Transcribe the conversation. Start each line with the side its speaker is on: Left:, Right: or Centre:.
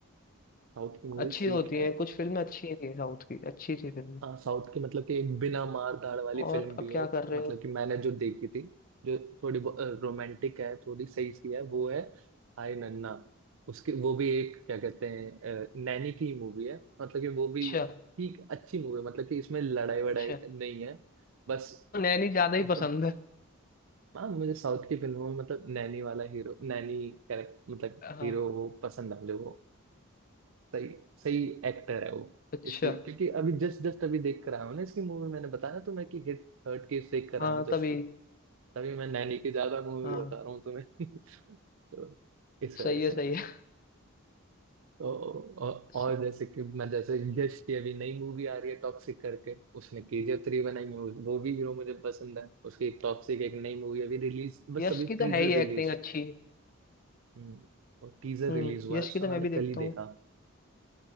Right: साउथ की मूवीज
Left: अच्छी
Right: ठीक
Left: होती
Right: है
Left: है कुछ फिल्में अच्छी ही थी साउथ की अच्छी थी फिल्में
Right: हाँ साउथ की मतलब कि एक बिना मार धाड़ वाली फिल्म
Left: और
Right: भी
Left: अब
Right: है
Left: क्या
Right: एक
Left: कर रहे
Right: मतलब
Left: हो
Right: कि मैंने जो देखी थी जो थोड़ी रोमांटिक है थोड़ी सही सी है वो है हाय नन्ना उसके वो भी एक क्या कहते हैं अ, नैनी की मूवी है मतलब कि वो भी
Left: अच्छा
Right: ठीक अच्छी मूवी है मतलब कि इसमें लड़ाई वड़ाई
Left: अच्छा
Right: नहीं है बस
Left: तो नैनी ज्यादा ही
Right: रो-
Left: पसंद है
Right: हाँ मुझे साउथ की फिल्मों में मतलब नैनी वाला हीरो नैनी कैरेक्टर मतलब
Left: हाँ
Right: हीरो वो पसंद है मुझे वो सही सही एक्टर है वो
Left: अच्छा
Right: इसकी क्योंकि अभी जस्ट जस्ट अभी देख कर आया हूँ ना इसकी मूवी मैंने बताया ना तुम्हें कि हिट थर्ड केस देख कर
Left: हाँ
Right: आया हूँ जस्ट
Left: तभी
Right: में तभी मैं नैनी की ज्यादा मूवी
Left: हाँ
Right: बता रहा हूँ तुम्हें <laughs> तो इस वजह
Left: सही है
Right: से
Left: सही है
Right: तो औ-
Left: स-
Right: और जैसे कि मैं जैसे यश की अभी नई मूवी आ रही है टॉक्सिक करके उसने केजीएफ थ्री बनाई है उस- वो भी हीरो मुझे पसंद है उसकी एक टॉक्सिक एक नई मूवी अभी रिलीज बस
Left: यश
Right: अभी
Left: की
Right: टीजर
Left: तो है ही
Right: रिलीज
Left: एक्टिंग
Right: हुआ
Left: अच्छी
Right: हम्म, और टीजर
Left: हम्म
Right: रिलीज हुआ
Left: यश
Right: है उसका
Left: की तो
Right: मैंने
Left: मैं भी देखता
Right: कल ही देखा
Left: हूँ